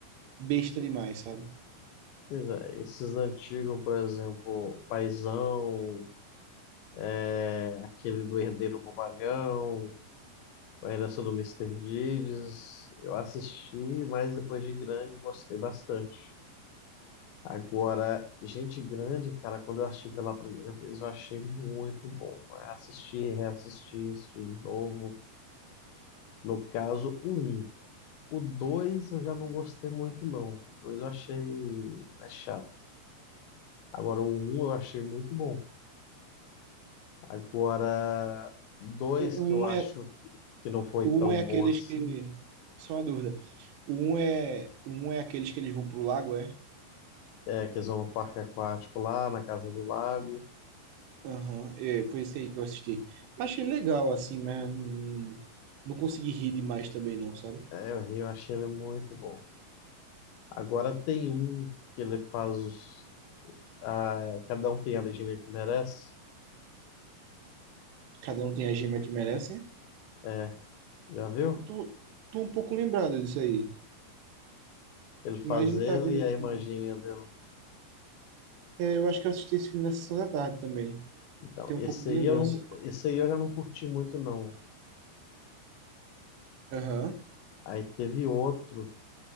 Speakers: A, on the right; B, on the left.
A: besta demais, sabe?
B: Pois é, esses antigos, por exemplo, Paizão, é, aquele do Herdeiro Bobalhão, A Herança do Mister Deeds. Eu assisti, mas depois de grande gostei bastante. Agora, Gente Grande, cara, quando eu assisti pela primeira vez, eu achei muito bom. né? Assisti, reassisti, assisti de novo. No caso, o um. O dois eu já não gostei muito, não. O dois eu achei mais chato. Agora, o um eu achei muito bom. Agora, dois
A: O,
B: que
A: o um
B: eu acho
A: é,
B: que que não foi
A: o
B: tão
A: um é aqueles
B: bom assim
A: que. Só uma dúvida. O um é, o um é aqueles que eles vão pro lago, é?
B: É, que eles vão no parque aquático lá, na Casa do Lago.
A: Aham, é, foi esse aí que eu assisti. Achei legal, assim, mas hum, não consegui rir demais também, não, sabe?
B: É, o Rio, eu achei ele muito bom. Agora tem um que ele faz os. Ah, é, cada um tem a legenda que merece.
A: Cada um tem a gema que merece.
B: É, já viu?
A: Eu tô, tô um pouco lembrado disso aí,
B: Ele faz
A: mas não
B: ele
A: tá vindo,
B: e a irmã
A: não.
B: dele.
A: É, eu acho que eu assisti esse filme na sessão da tarde também.
B: Então,
A: Tem
B: esse
A: um pouco de
B: aí
A: lembrança.
B: eu não, esse aí eu já não curti muito, não.
A: Aham.
B: Aí teve outro,